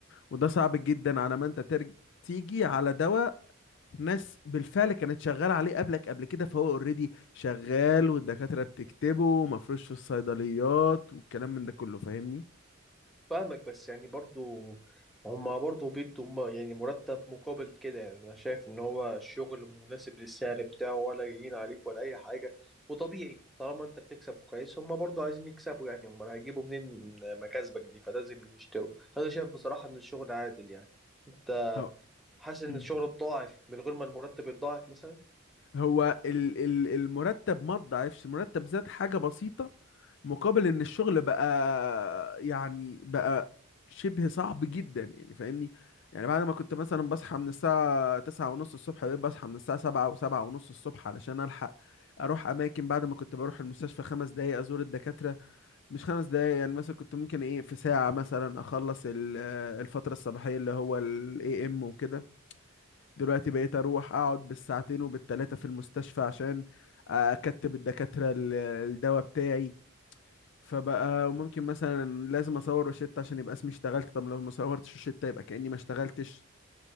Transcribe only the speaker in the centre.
فاهمك بس يعني برضو هما برضو بيدوا م- يعني مرتب مقابل كده يعني انا شايف ان هو الشغل مناسب للسعر بتاعه ولا جايين عليك ولا اي حاجه وطبيعي طالما انت بتكسب كويس هما برضو عايزين يكسبوا يعني هما هيجيبوا منين مكاسبك دي فلازم يشتروا انا شايف بصراحه ان الشغل عادل يعني انت
حاسس ان
الشغل اتضاعف من غير ما المرتب يتضاعف مثلا